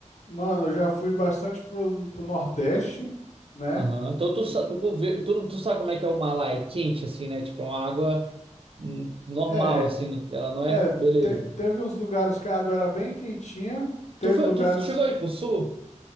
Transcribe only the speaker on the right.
Aham. Então tu,
sa-
tu, conve- tu, tu sabe como é que é o mar lá? É quente, assim, né? Tipo, é uma água hum, normal,
assim. não- Ela não
é... Beleza.
Tu, foi,
tu chegou aí pro sul?